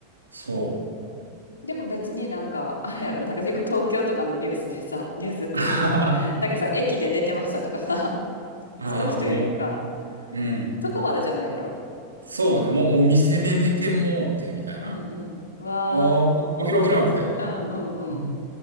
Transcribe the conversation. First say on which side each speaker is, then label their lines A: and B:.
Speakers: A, on the right; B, on the left.
A: そ
B: でも別になんか、あれやろ、なんかよく東京とかのニュースでさ、ニュースっていうかさ、
A: う。<laughs> あ
B: なんかさ、駅で寝てましたとかさ、
A: ーあー、
B: そういう人いるやんか。
A: もう、うん。
B: そこまでじゃないやろ。
A: そうね、もうお店で寝てもうてみたいな。
B: うんうん。
A: あ
B: わー、
A: あ、
B: 困るやつ。
A: 起きろ起きろみたいな
B: うんうんうん。
A: うん